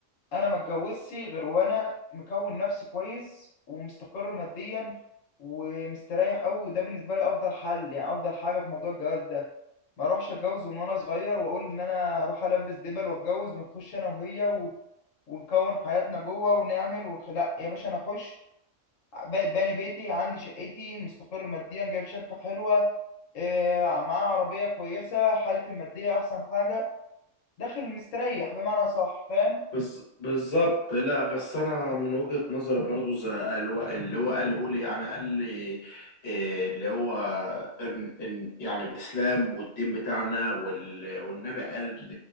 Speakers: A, on the left (about 80°); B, on the left (about 55°).
A: انا ما اتجوزش غير وانا مكون نفسي كويس ومستقر ماديا ومستريح قوي وده بالنسبه لي افضل حل يعني افضل حاجه في موضوع الجواز ده ما اروحش اتجوز من وانا صغير واقول ان انا هروح البس دبل واتجوز ونخش انا وهي و... ونكون حياتنا جوه ونعمل ونخ... لا يا باشا انا اخش ب- باني بيتي عندي شقتي مستقر ماديا جايب شبكه حلوه آه، معاه عربيه كويسه حالتي الماديه احسن حاجه داخل مستريح بمعنى صح فاهم
B: بز... بالظبط لا بس انا من وجهة نظري برضو زي الو- اللي هو قاله لي يعني قال لي إيه اللي هو إن... إن يعني الاسلام والدين بتاعنا وال... والنبي قال